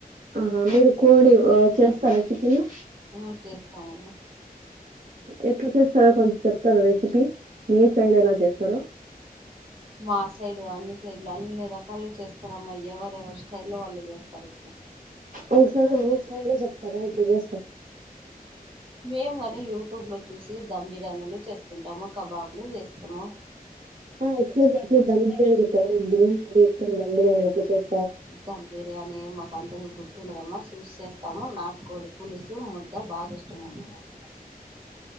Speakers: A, on the right (about 55°); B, on the right (about 35°).
A: ఆహా మీరు కోడి చేస్తార ఎట్ కలా
B: ఆ చేస్తామమ్మ
A: ఎట్లా చేస్తారో కొంచం చెప్తారు రెసిపీ మీ సైడ్ ఎలా చేస్తారో
B: మా సైడు అన్ని సైడ్లు అన్ని రకాలు చేస్తారు అమ్మా ఎవరెవరు స్టైల్లో లో వాళ్ళు చేస్తారు ఇక్కడ
A: ఓ సర మీస్ టయలు సప్త రా ఇలు జస్త
B: మేము కానీ యూట్యూబ్లో చూసి దధమ్ బిర్యానీలు చేసుకుంటాము కబాబ్ులు చేస్తాము
A: ఆసారి నాకు మ్ బిర్యానీ చెప్తారు నాకు బిర్యానీ అ ఇష్టం ధమ్ బిర్యానీ ఎట్లా చేస్త
B: దమ్ బిర్యానీ మకు అంతగా గుర్తు ండదమ్మా చూసి చేస్తాము నాటుకోడి పులుసు ముద్ద బాగా ఇష్టం ఉందిమాట్